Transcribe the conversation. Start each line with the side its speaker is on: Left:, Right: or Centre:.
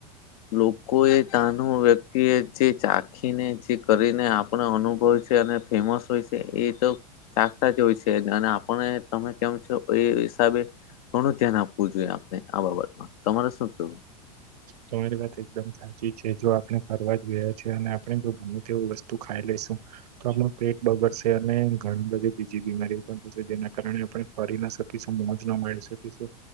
Left: લોકો એ તનું વ્યક્તિ એ જે ચાખીને જે કરીને આપણે અનુભવ. અને ફેમસ છે એ તો. ચાખતા જ હોય છે અને આપને તમે કેમ છો એ હિસાબે. ઘણું ધ્યાન આપવું જોઈએ આપને આ બાબતમાં તમારે શું કેવું.
Right: તમારી વાત એકદમ સાચી છે જો આપણે ફરવા જોઈએ છે અને આપણે જો ગમે તેવું વસ્તુ ખાઈ લે. આપણ પેટ બગડશે અને ઘણી બધી બીજી બીમારીઓ પણ થશે જેના કારણે આપણે ફરી. જશું